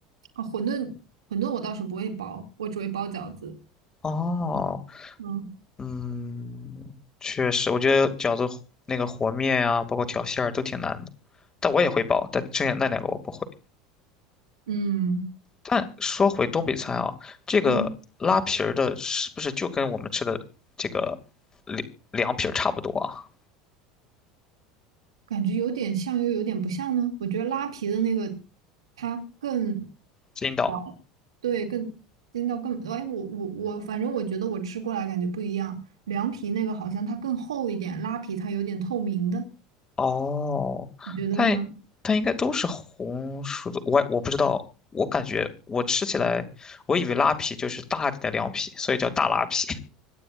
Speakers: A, on the right; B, on the left.
A: 啊，馄饨，馄饨我倒是不会包，我只会包饺子。
B: 哦，
A: 嗯
B: 嗯，确实，我觉得饺子和那个和面啊，包括调馅儿都挺难的，但我也会包，但剩下那两个我不会。
A: 嗯
B: 但说回东北菜啊，这个拉皮儿的是不是就跟我们吃的这个凉凉皮儿差不多啊？
A: 嗯。感觉有点像又有点不像呢。我觉得拉皮的那个它更
B: 筋道。
A: 薄，对，更筋道更，哎，我我我，反正我觉得我吃过来感觉不一样。凉皮那个好像它更厚一点，拉皮它有点透明的，
B: 哦，
A: 你觉得呢？
B: 但但应该都是红薯的，我也我不知道，我感觉我吃起来，我以为拉皮就是大一点的凉皮，所以叫大拉皮。